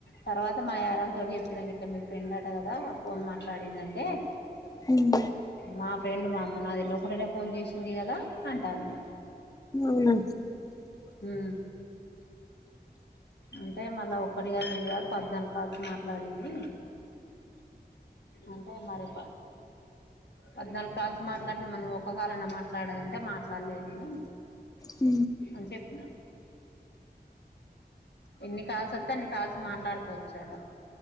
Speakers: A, on the left (about 85°); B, on the left (about 20°).
A: తర్వాత, మా యరాల తో చెప్పినా ఇట్లా మీ ఫ్రెండ్ అట కదా ఫోన్ మాట్లాడిందంటే,
B: హుమ్
A: మా ఫ్రెండ్ వామ్మో నాకు తెలవా కుంటానే ఫోన్ చేసింది కదా అంటాంది.
B: అవునా
A: ఉ అంటే మళ్ళా ఒక్కటి కాదు రెండు కాదు పద్నాలుగు, కాల్స్ మాట్లాడింది, అంటే మరి పద్నాలుగు కాల్స్ మాట్లాడతే మరి నువ్వు ఒక్క కాలనా మాట్లాడంటే మాట్లాడలేదు నేను
B: ఉ
A: అని చెప్పిన ఎన్ని కాలల్స్ వస్తే అన్ని కాల్స్ మాట్లాడుకోవచ్చాట,